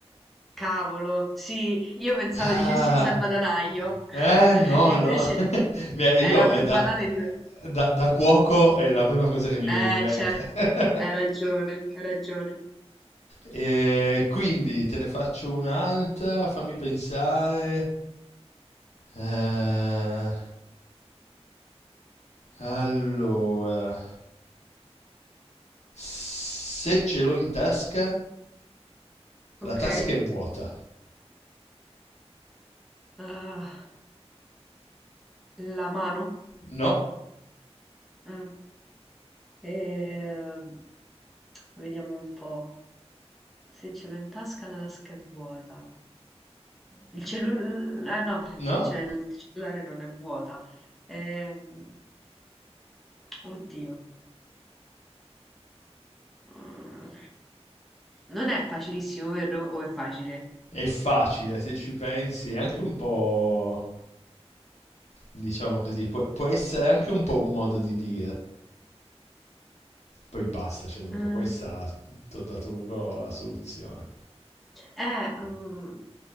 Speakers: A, in the centre; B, on the left.
A: Cavolo, sì, io pensavo
B: Ah,
A: dicessi il salvadanaio, <laughs>
B: eh, no,
A: invece
B: no. <laughs> Beh,
A: era
B: io
A: più
B: è da,
A: banale di me.
B: da, da cuoco è la prima cosa che mi
A: Eh,
B: viene in mente.
A: certo,
B: <laughs>
A: hai ragione, hai ragione.
B: E quindi te ne faccio un'altra, fammi pensare. Eh, allora. Se ce l'ho in tasca, la
A: Ok.
B: tasca è vuota.
A: Ah, la mano?
B: No,
A: Mm. Ehm, vediamo un po'. Se ce l'ho in tasca la tasca è vuota. Il cellulare... no, perché
B: no,
A: c'è il cellulare non è vuota. Ehm, oddio. Mm, Non è facilissimo, vero? O è facile?
B: è facile se ci pensi, è anche un po', diciamo così, può, può essere anche un po' un modo di dire. Poi basta, cioè dopo
A: Eh,
B: questa ti ho dato proprio la soluzione.
A: eh, mm,